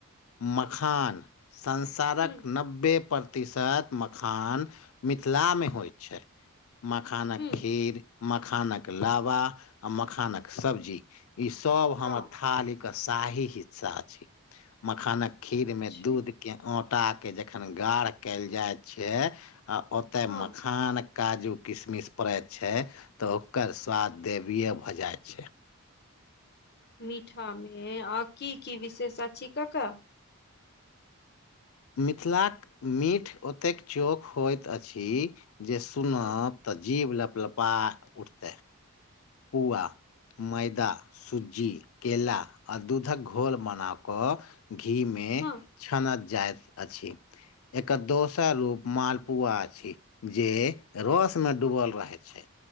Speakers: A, on the left; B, on the left.
A: मखान संसारक
B: हुँ,
A: नब्बे प्रतिशत मखान मिथिला मे होइ छै। मखानक
B: हुँ,
A: खीर मखानक लाबा आ मखानक सब्जी ई सब हमर
B: हँ,
A: थालीक कऽ शाही हिस्सा अछि मखानक खीर
B: अच्छा,
A: मे दूध केँ ओटा केँ जखन गाढ़ कयल जाइत छै आ ओते
B: हँ,
A: मखान काजू किशमिश पड़ैत छै तऽ ओकर स्वाद देवीय भऽ जाइत छै
B: मीठामे आ की की विशेष अधि कक्का
A: मिथिलाक मीठ ओतेक चोक होइत अछि जे सुनत
B: हँ,
A: तऽ जीव लपलपा उठतै पुआ मैदा, सुज्जी, केेल आ दूधक घोल बना कऽ घी मे
B: हँ,
A: छानत जाइत अछि एकर दोसर रूप मालपुआ अछि जे रस मे डूबल रहै छै